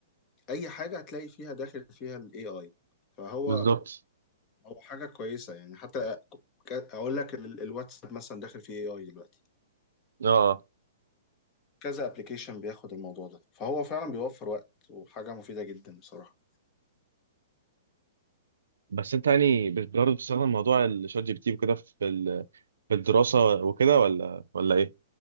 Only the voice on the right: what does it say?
بالظبط
اه
بس انت يعني برضه بتستخدم موضوع الشات جي بي تي وكده في ال- في الدراسه وكده ولا ولا ايه